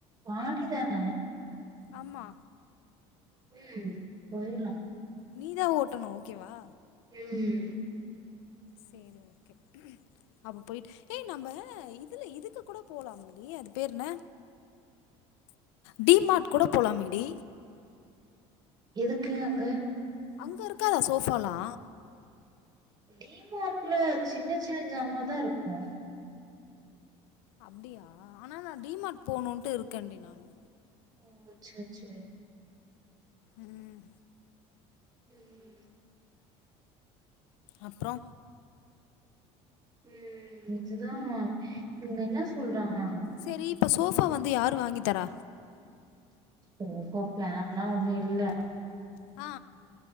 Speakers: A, on the right; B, on the left.
A: மாடிதான
B: அம்மா
A: ம் போயர்லாம்
B: நீதா ஓட்டணு ஓகேவா
A: ம்
B: சேரி ஓகே அப்ப போயிட்டு ஏய் நம்ப இதுல இதுக்கு கூட போலாமேடி அது பேரு என்ன டி மார்ட் கூட போலாமேடி
A: எதுக்கு அங்க
B: அங்க இருக்காதா சோஃபாலா
A: டி மார்ட்ல சின்ன சின்ன ஜாமாதா இருக்கு
B: அப்டியா ஆனா நா டி மார்ட் போனுன்ட்டு இருக்கேன்டி நானு
A: ஓ சேச்சே
B: ம்
A: ம்
B: அப்றோ
A: ம் இதுதா இவுங்க என்ன சொல்றாங்க
B: சேரி இப்ப சோஃபா வந்து யாரு வாங்கித்தரா
A: சோஃபா பிளேன்லா ஒன்னு இல்ல
B: ஆ